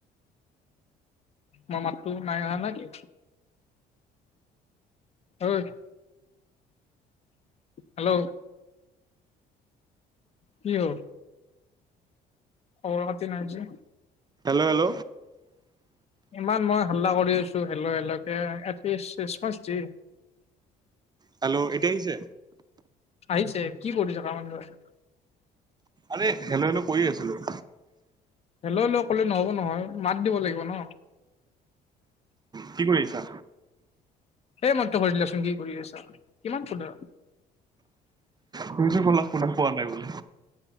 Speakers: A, on the left; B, on the right.
A: মোৰ মাতটো নাই অহা না কি ঐ হেল্ল কি হ'ল খবৰ খাতি নাই যে
B: হেল্ল হেল্ল
A: ইমান মই হাল্লা কৰি আছো হেল্ল হেল্ল কে এটলিছ ৰেছপনছ দে
B: হেল্ল' এতিয়া আহিছে
A: আহিছে কি কৰিছা তাৰ মানে তই
B: আৰে হেল্ল হেল্ল কৰি আছিলো
A: হেল্ল হেল্ল ক'লে নহ'ব নহয় মাত দিব লাগিব ন
B: কি কৰি আছা
A: সেই মাত্ৰ কৈ দিলাচোন কি কৰি আছা কিমান সুধা
B: তুমিতো ক'লা শুনা পোৱা নাই বুলি